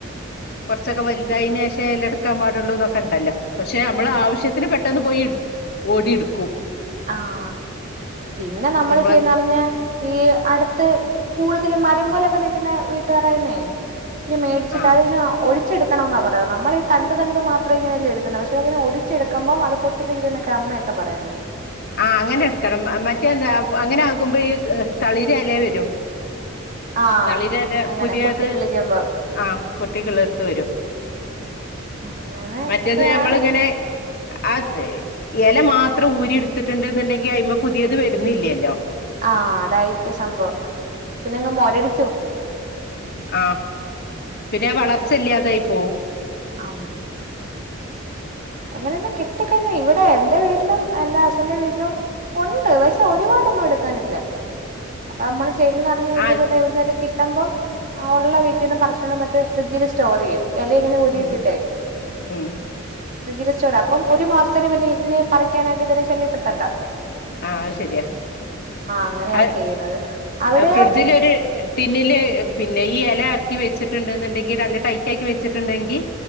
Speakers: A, on the left; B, on the right.
A: കൊർച്ചൊക്കെ വൽതായീനേഷേ എലെട്ക്കാൻ പാടുള്ളൂ ന്നൊക്കെണ്ടല്ലോ പഷെ അമ്മളാവശ്യത്തിന് പെട്ടെന്ന് പോയി ഇട് ഓടി ഇട്ക്കും
B: ആഹ് പിന്നെ നംള്
A: നമ്മളെ
B: ചെയ്യ്ന്നർഞ്ഞ ഈ അട്ത്ത് കൂടുതൽ മരം പോലെക്കെ നിക്കിന്ന വീട്ടാരായ്ന്നേ ഒത്തിരി മേടിച്ചിട്ട്
A: ആഹ്
B: അതിന് ഒഴി ച്ചെട്ക്കണോന്ന പറയ്ന്ന നമ്മൾ ഈ തണ്ട് തണ്ട് മാത്രം ഇങ്ങനെ അല്ലെ എടുക്കുന്നെ പഷെ അങ്ങനെ ഒടിച്ചെടുക്കമ്പം അത് പൊ ട്ടെന്ന് കിളിക്കൂന്നെക്കെ അമ്മെക്കെ പറയുന്നെ
A: ആഹ അങ്ങനെ എട്ക്കണം മറ്റേന്താ അങ്ങെനാകുമ്പോ ഈ തളിര് എലേ വെരും
B: ആഹ്
A: തളിര് എല
B: അങ്ങനെ
A: പുത്യേത്
B: പൊട്ടിക്കിളിക്കുമ്പം
A: ആഹ് പൊട്ടിക്കിളിർത്ത് വരും
B: അങ്ങനെ
A: മറ്റ്ത്
B: ഒക്കെയാണ്
A: അമ്മളിങ്ങെനെ ആഹ് എല മാത്രം ഊരിട്ത്തിട്ടുണ്ട് ഇന്നിണ്ടെങ്കി അയ്മ്മെ പുത്യേത് വര്ന്നില്ല്യല്ലോ
B: ആഹ് അതായിര്ക്കും സംഭവം പിന്നെങ്ങ് മൊരടി
A: ആ പിന്നെ വളർച്ച ഇല്ലാതായി പോവും.
B: ആഹാ. അങ്ങനെയല്ലാം കിട്ടി കഴിഞ്ഞാ ഇവിടെ എന്റെ വീട്ടിലും എന്റെ ഹസ്സിന്റെ വീട്ടിലും ഒണ്ട് പക്ഷെ ഒരുപാടൊന്നും എടുക്കാനില്ലാ അത് അമ്മള് ചെയ്തൂന്നറിഞ്ഞാ ഇതുപോലെ
A: ആഹ്
B: എവിടുന്നേലും കിട്ടുമ്പം ആഹ് ഒള്ള വീട്ടീന്ന് പറച്ചോണ്ട് വന്നിട്ട് ഫ്രിഡ്ജില് സ്റ്റോറെയ്യും എല്ലാം ഇങ്ങനെ ഊരിയിട്ടിട്ടെ
A: ഉം ഉം
B: ഫ്രിഡ്ജില് സ്റ്റോർ അപ്പം ഒരു മാസത്തിന് പിന്നെ ഇതിനെ പറിക്കാനായിട്ട് ഇതിനെ ശല്യപ്പെടുത്തണ്ടാ
A: ആഹ് അത് ശെര്യാ
B: അങ്ങനെയാ
A: അത്
B: ചെയ്യുന്നത് അവിടെയോ
A: ഫ്രിഡ്ജിലൊര് ട്ടിന്നില് പിന്നെ ഈ എല എർക്കി വെച്ചിട്ട്ണ്ട്ന്ന്ണ്ടങ്കി നല്ല ടൈറ്റാക്കി വെച്ച്ട്ട്ണ്ടങ്കി